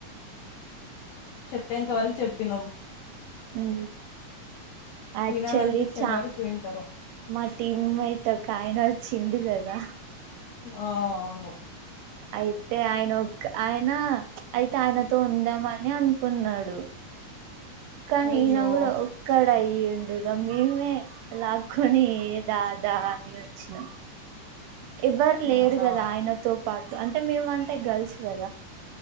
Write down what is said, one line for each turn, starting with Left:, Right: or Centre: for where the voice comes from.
Left: చెప్పేంత వరకు చెప్పినం
Right: ఊ ఆక్చులీ
Left: వినాలనిపించేంత
Right: చా
Left: వరకు వింటారు
Right: మా సిన్మాతే ఒకాయనా చిందు లే దా
Left: ఆహ్ అవును
Right: అయితే ఆయన ఒక్ ఆయన అయితే. ఆయనతో ఉందామని అనుకున్నాడు. కానీ
Left: అయ్యో
Right: ఈన కూడా ఒక్కడయి. ఈ ఉండుగా మేమే లాక్కొని దాదా అని వచ్చినాం. ఎవరు లేరు
Left: అవునా
Right: గాదా ఆయనతో పాట్ అంటే మేము అంటే గర్ల్స్ కదా